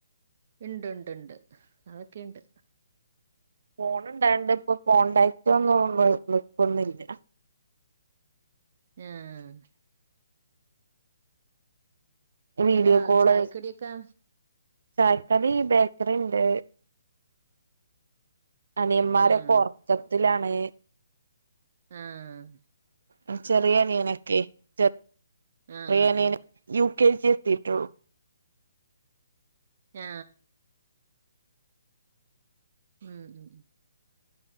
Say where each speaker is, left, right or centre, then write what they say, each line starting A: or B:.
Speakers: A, on the right (about 55°); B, on the right (about 75°).
A: ഇണ്ട് ണ്ട് ണ്ട് അതൊക്കെണ്ട്
B: ഫോണ് ണ്ടായൺണ്ട്പ്പൊ കോണ്ടാക്റ്റൊന്നും ന്ന് നിക്കുന്നില്ല
A: ആഹ്
B: വീഡിയോ
A: ഗ്രാ
B: കോള്
A: ഛായിക്കടിയൊക്കെ
B: ചായക്കടി ബേക്കറിണ്ട് അനിയന്മാരക്കൊർക്കത്തിലാണ്
A: ആഹ് ആഹ്
B: ഉം ചെറിയ അനിയനക്കെ ചെ
A: ആഹ്
B: റിയനിയന്
A: ആഹ് ആഹ്
B: യു കെ ജി എത്തിട്ടൊള്ളൂ
A: ഞ്ഞാ ഉം ഉം